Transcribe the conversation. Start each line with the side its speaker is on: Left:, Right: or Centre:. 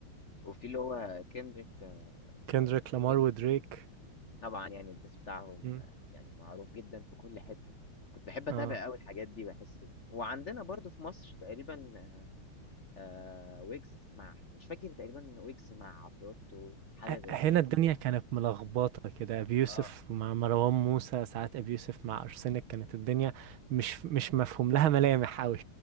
Left: وفي اللي هو كيندريك ودريك
Right: كندريك لامار ودريك
Left: طبعا يعني الديس بتاعهم
Right: مم.
Left: آه، يعني معروف جدا في كل حته كنت بحب اتابع
Right: اه
Left: قوي الحاجات دي بحس إن- وعندنا برضو في مصر تقريبا آه ويجز مع مش فاكر تقريبا ويجز مع عفروتو حاجة
Right: ه-
Left: زي
Right: هنا
Left: كده
Right: الدنيا كانت ملخبطة كده أبي يوسف
Left: اه
Right: مع مروان موسى ساعات أبي يوسف مع أرسنال كانت الدنيا مش مش مفهوم لها ملامح أوي